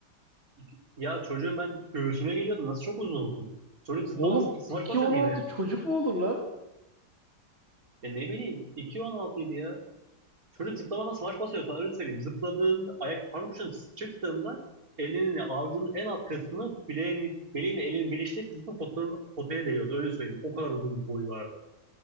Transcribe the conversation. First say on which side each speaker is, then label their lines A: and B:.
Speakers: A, on the right; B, on the right.
A: İki- Ya çocuğun ben göğsüne geliyordum. Nasıl çok uzun oldum. Çocuk zıplama,
B: Oğlum
A: smaç
B: iki
A: basıyordu
B: on
A: yemeğe.
B: altı çocuk mu olur lan?
A: Ya ne bileyim 2.16 idi ya. Çocuk zıplamadan smaç basıyor sana öyle söyleyeyim. Zıpladığında ayak parmak ucundan çıktığında elinin avucunun en alt kısmı bileğini, bileğini elinin birleştiği kısmı potanın, potaya değiyordu öyle söyleyeyim. O kadar uzun bir boyu vardı.